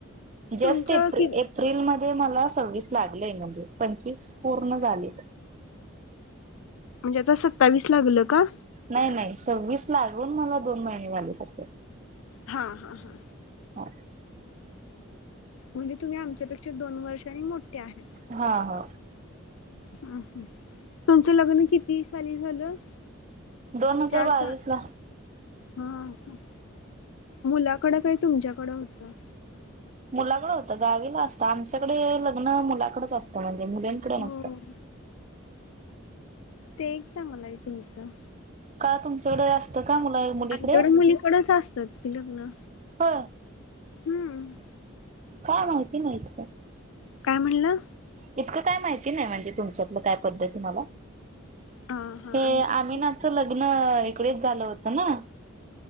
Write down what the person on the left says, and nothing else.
तुमचं कि
म्हणजे आता सत्तावीस लागलं का
हा हा हा
म्हणजे तुम्ही आमच्यापेक्षा दोन वर्षांनी मोठे आहे
ह ह तुमचं लग्न किती साली झालं
चार
सा
हा मुलाकडं काय तुमच्याकडें होतं
हो
ते एक चांगला आहे तुमचं
आमच्याकडडे मुलीकडच असतात की लग्न
हम्म
काय म्हणलं
हां हां
आणि त